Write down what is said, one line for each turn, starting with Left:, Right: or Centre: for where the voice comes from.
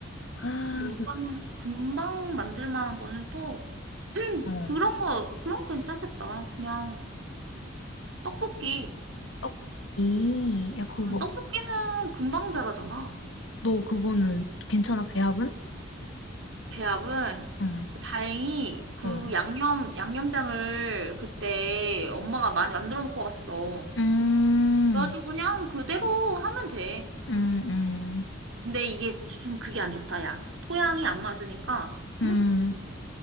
Left: 아,
Right: 금방
Left: 그,
Right: 금방 만들 만한 거는 또
Left: 어.
Right: 그런 거 그런 거 괜찮겠다. 그냥 떡볶이
Left: 떡볶이. 야, 그거.
Right: 음, 떡볶이는 금방 자라잖아.
Left: 너 그거는 괜찮아, 배합은?
Right: 배합은
Left: 응,
Right: 다행히 그
Left: 응.
Right: 양념, 양념장을 그때 엄마가 많이 만들어 놓고 갔어.
Left: 음,
Right: 그래가지고 그냥 그대로 하면 돼.
Left: 음, 음,
Right: 근데 이게 좀 그게 안 좋다, 야. 토양이 안 맞으니까,
Left: 음.
Right: 응?